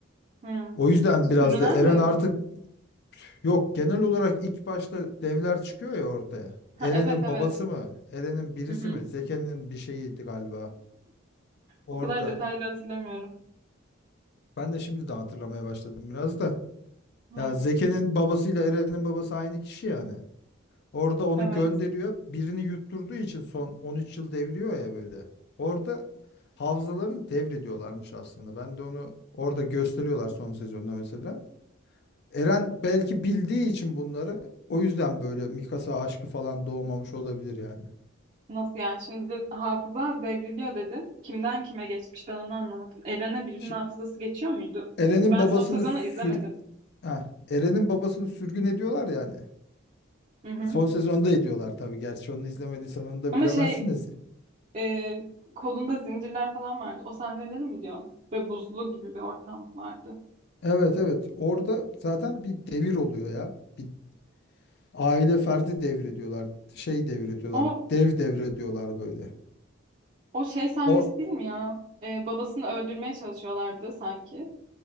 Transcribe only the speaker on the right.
Hı.
Sürünen
dev
mi?
Ha,
evet evet.
Hı hı.
O kadar detaylı hatırlamıyorum.
Hı,
evet.
Nasıl yani? Şimdi hafıza devriliyor dedin. Kimden kime geçmiş ben onu anlamadım. Eren'e birinin
hafızası geçiyor muydu?
Çünkü ben
son sezonu
izlemedim.
Hı hı.
Ama
şey e, kolunda zincirler falan vardı. O sahneleri mi diyorsun? Ve buzlu gibi bir ortam vardı.
O
o şey sahnesi
değil mi ya? E, babasını öldürmeye çalışıyorlardı sanki.